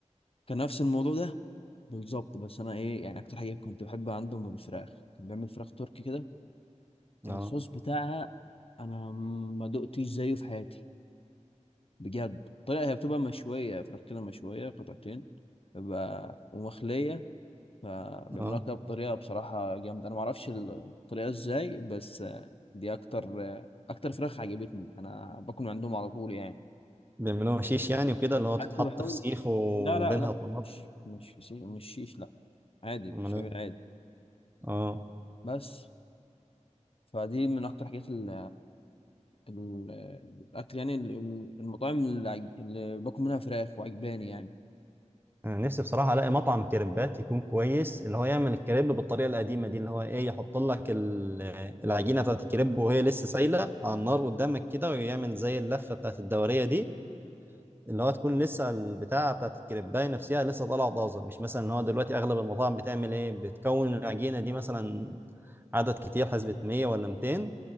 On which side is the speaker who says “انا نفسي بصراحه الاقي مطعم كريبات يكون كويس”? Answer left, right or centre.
Right